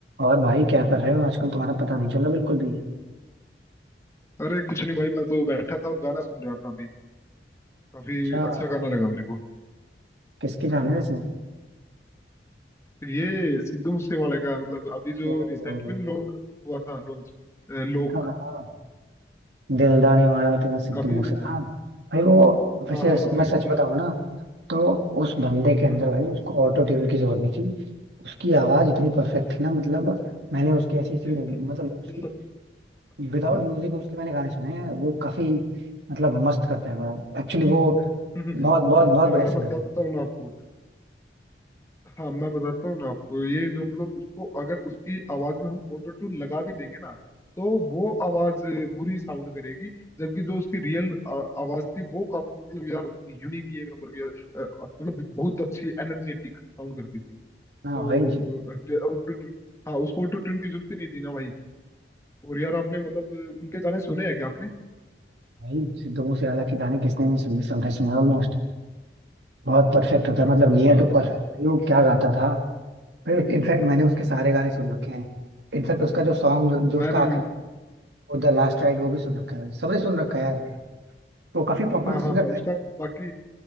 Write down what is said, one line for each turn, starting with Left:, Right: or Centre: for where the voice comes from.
Right: और भाई क्या कर रहे हो आजकल तुम्हारा पता नहीं चला बिल्कुल भी
Left: अरे कुछ नहीं भाई मैं तो बैठा था और गाना सुन रहा था अभी काफी
Right: अच्छा
Left: अच्छा गाना लगा मेरे को
Right: किसके जाने
Left: हम्म
Right: वैसे
Left: तो ये सिद्धू मूसेवाले का मतलब अभी जो
Right: ओ,
Left: रिसेंट में लो, हुआ था लॉन्च लोक
Right: हाँ हाँ, दिलदार निवाड़ा तेरा सिद्धू
Left: काफी
Right: मूसा हाँ भाई वो वैसे
Left: हाँ हाँ हाँ
Right: मैं
Left: बिल्कुल
Right: सच बताऊं ना तो उस बंदे के
Left: हम्म
Right: अंदर भाई उसको ऑटो ट्यून की जरूरत नहीं थी उसकी आवाज इतनी परफेक्ट थी ना मतलब मैंने उसकी ऐसी ऐसी मूव-
Left: यार
Right: मतलब
Left: मतलब
Right: उसकी विदाउट
Left: हाँ
Right: म्यूजिक उसके मैंने गाने सुने हैं वो काफी मतलब मस्त करता है यार। एक्चुअली
Left: हम्म
Right: वो
Left: हम्म,
Right: बहुत बहुत
Left: हम्म,
Right: बहुत
Left: मैं
Right: बढ़िया सिंगर
Left: बताता
Right: था
Left: हूँ ना आपको हाँ मैं बताता हूँ ना आपको ये जो मतलब उसको अगर उसकी आवाज में हम ऑटो ट्यून लगा भी देंगे ना तो वो आवाज बुरी साउंड करेगी जबकि जो उसकी रियल आवाज थी वो काफी मतलब यार यूनिक ही एक नंबर की अ, अ, मतलब बहुत अच्छी एनर्जेटिक साउंड करती थी तो
Right: हाँ वही जी
Left: ऑटो ट्यून हाँ उसको ऑटो ट्यून की जरूरत ही नहीं थी ना भाई और यार आपने मतलब उनके गाने सुने हैं क्या आपने
Right: भाई सिद्धू मूसेवाला के गाने किसने नहीं सुने सबने सुने ऑलमोस्ट बहुत परफेक्ट होता है
Left: अच्छा
Right: मतलब नियर
Left: अच्छा
Right: टू परफेक्ट भाई वो क्या गाता था भाई इनफैक्ट मैंने उसके सारे गाने
Left: हम्म
Right: सुन रखे हैं इनफैक्ट उसका जो सॉन्ग जो
Left: मैंने
Right: उसका आखिरी
Left: भी
Right: वो द लास्ट राइड वो भी सुन रखा है भाई सबने सुन रखा है यार वो काफी पॉपुलर
Left: हाँ
Right: सिंगर
Left: हाँ हाँ
Right: था
Left: उसका बाकी